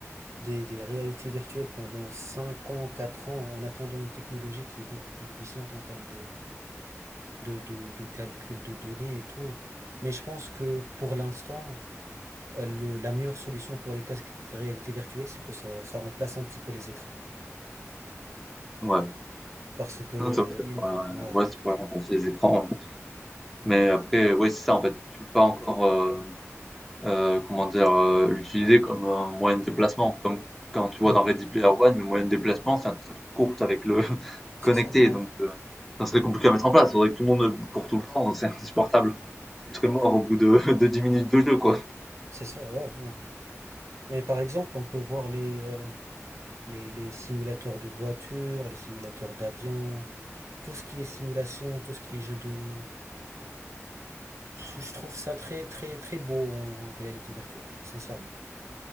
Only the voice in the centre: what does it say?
Ouais.
Non, c'est vrai, c'est
pas,
ouais, c'est pas remplacer les écrans. ouais. Mais après, ouais, c'est ça, en fait, tu peux pas encore, euh, euh, comment dire, euh, l'utiliser comme un moyen de déplacement. Comme quand tu vois
dans Ready Player One, le moyen de déplacement, c'est un tas de course avec le <laughs> connecté.
Donc, euh, ça serait compliqué à mettre en place. Il faudrait que tout le monde court tout le temps. <laughs> C'est insupportable. Tu serais mort
au bout de, <laughs> de 10 minutes de jeu, quoi.